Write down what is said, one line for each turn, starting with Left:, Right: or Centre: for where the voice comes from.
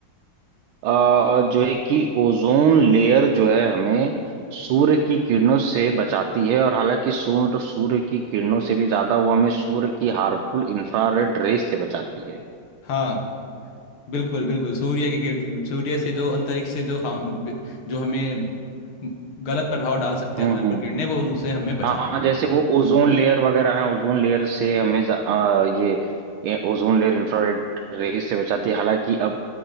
Right: अ, जो है कि ओजोन लेयर जो है हमें सूर्य की किरणों से बचाती है और हालांकि सूर्य सूर्य की किरणों से भी ज्यादा वो हमें सूर्य की हार्मफुल इंफ्रारेड रेस से बचाती है
Left: हाँ बिल्कुल बिल्कुल सूर्य की किर- किर- सूर्य से जो अंतरिक्ष से जो हम बि- जो हमें गलत प्रभाव डाल सकते
Right: हम्म
Left: हैं हमारे
Right: हम्म
Left: पर किरणें वो उनसे हमें बचाती
Right: हाँ जैसे
Left: है
Right: वो ओजोन लेयर वगैरह है ओजोन लेयर से हमें ज- अ, ये, ये ओजोन लेयर इंफ्रारेड रेस से बचाती है हालांकि अब